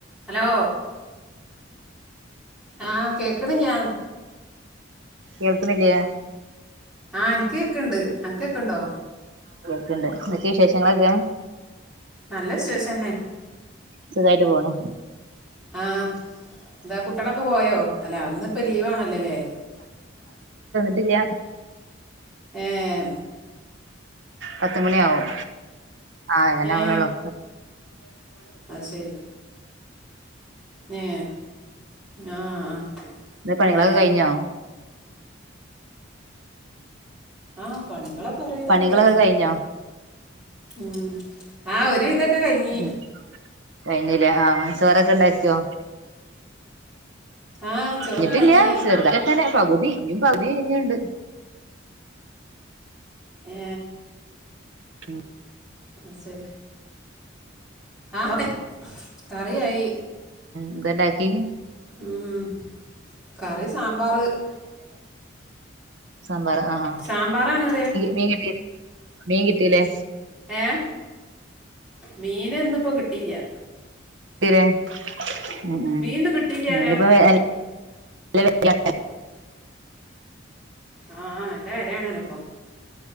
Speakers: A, in the centre; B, on the right (about 70°).
A: Hello? ആഹ് കേക്കണ്ല്ല.
B: കേൾക്കുന്നില്ലേ?
A: ആ ഇൻ ക്ക് ക്കെക്ക്ണ്ണ്ണ്ട്. അനക്ക്കേക്ക്ണ്ണ്ടോ?
B: ണ്ട് എന്തൊക്കെ വിശേഷങ്ങളൊക്കെ?
A: നല്ല വിശേഷന്നെ
B: സുഖായിട്ട് പോണു
A: ആ എന്താ കുട്ട്യോളൊക്കെ പോയോ അല്ലാ ഇന്നിപ്പോ ലീവാണല്ലോല്ലേ?
B: ല്ല
A: എഏ
B: പത്തുമണി ആവും ആ നാവോണൊള്ളു
A: ഏ അത് ശരി ഏ ആ ആ
B: ന്ന് പണീളൊക്കെ
A: ഏ
B: കഴിഞ്ഞോ
A: ആഹ പണികളൊക്കെ ഒരുവിതൊക്കെ
B: പണികളൊക്കെ
A: കഴിഞ്ഞു
B: കഴിഞ്ഞോ
A: ഉ ആ ഒരുവിതക്ക ക്കെ കഴിഞ്ഞി
B: ഉം കഴിഞ്ഞില്ലേ ആ ചോറൊക്കെ ണ്ടാക്കിയോ
A: ആ ചോറുണ്ടാക്കി
B: ഞ്ഞിട്ടില്ല ല്ല ചെറുതായി തന്നെ പകുതി ഇനും പകുതി ഇുണ്ട്
A: ഏ
B: ഉ
A: അ ശരി ആ് കറിയായി
B: ന്ത ണ്ടാക്കി
A: ഉം കറി സാമ്പാറ്
B: സാമ്പാറ ആ ആ
A: സാമ്പാറാണ് പറയാ
B: മീൻ കിട്ടിയില്ലേ മീൻ കിട്ടീലേ
A: ഏ മീന് ഇന്നിപ്പോ കിട്ടില്ല്യാ
B: <unintelligible>
A: മീനിന്ന് കിട്ടിയില്ല
B: <unintelligible>
A: പറയാ ആഹ നല്ല കരയാണല്ലേപ്പൊ